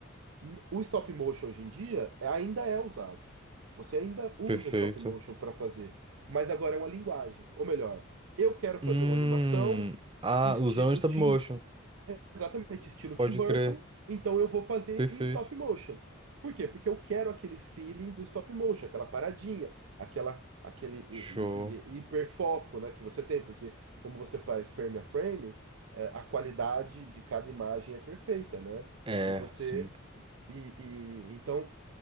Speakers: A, on the right (about 70°); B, on the right (about 25°).
A: n- o stop motion hoje em dia é- ainda é usado. Você ainda usa
B: perfeito.
A: stop motion para fazer, mas agora é uma linguagem. Ou melhor, eu quero fazer
B: Hum,
A: uma animação
B: ah,
A: estilo
B: usando stop
A: Tim
B: motion.
A: Exatamente, estilo
B: Pode
A: Tim Burton.
B: crer.
A: Então eu vou fazer
B: Perfeito.
A: em stop motion. Por quê? Porque eu quero aquele feeling do stop motion, aquela paradinha, aquela, aquele
B: Show.
A: hi- hi- hi- hiperfoco, né, que você tem, porque como você faz frame a frame, eh, a qualidade de cada imagem é perfeita, né?
B: É,
A: E você
B: sim,
A: e, e- então,